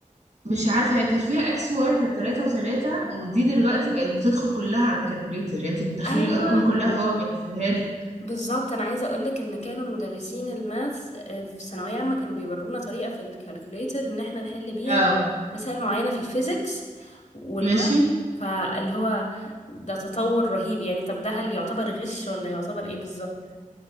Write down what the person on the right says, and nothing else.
مش عارفة هي كانت فيها اكس وواي كانت ثلاثة وثلاثة ودي دلوقتي بقت بتدخل كلها على الكالكوليتر يعني انت بتدخلي
الارقام كلها وهو بيحسبها لك
اه
ماشي